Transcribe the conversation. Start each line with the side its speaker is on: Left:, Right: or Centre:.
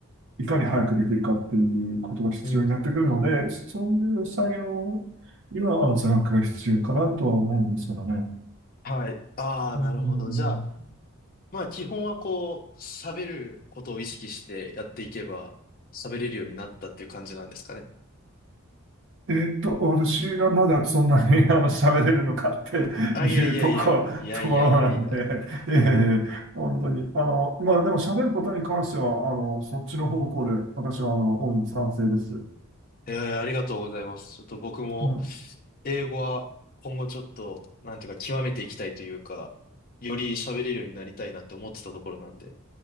Right: いかに早くできるかっていうことが必要になってくるので、
Left: うん、うん、うん。
Right: そういう作業にはあの座学が必要かなとは思うんですけどね。
Left: はい。ああ、
Right: うん
Left: なるほど。じゃあ、まあ基本はこう、喋ることを意識してやっていけば、喋れるようになったっていう感じなんですかね。
Right: えっと、私がまだそんなに <laughs> あの喋れるのかっていうとこ、
Left: あ、いやいやいや、いやいやいやいやいや。
Right: ところなんで、ええ本当に。あの、まあでも喋ることに関しては、あの、そっちの方向で、私はあの、大いに賛成です。
Left: えー、ありがとうございます。ちょっと僕も、
Right: うん、は
Left: 英語は今後ちょっと、なんていうか、極めていきたいというか、より喋れるようになりたいなって思ってたところなんで、